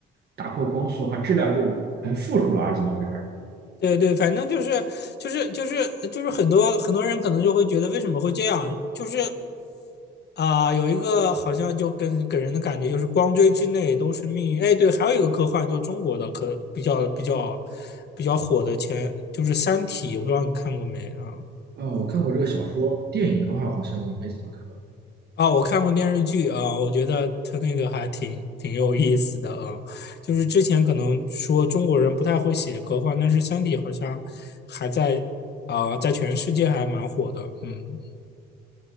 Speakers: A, on the right; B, on the left.
A: 打破光速的话，质量就成负数了，还是怎么回事
B: 对对，反正就是就是就是就是很多很多人可能就会觉得为什么会这样，就是啊、有一个好像就跟给人的感觉就是光锥之内都是命运。哎，对，还有一个科幻，就中国的可比较比较比较火的前就是《三体》，我不知道你看过没啊？
A: 儿啊，我看过这个小说，电影的话好像没怎么看过。
B: 啊，我看过电视剧啊，我觉得它那个还挺挺有意思的啊。就是之前可能说中国人不太会写科幻，但是《三体》好像还在啊、在全世界还蛮火的，嗯。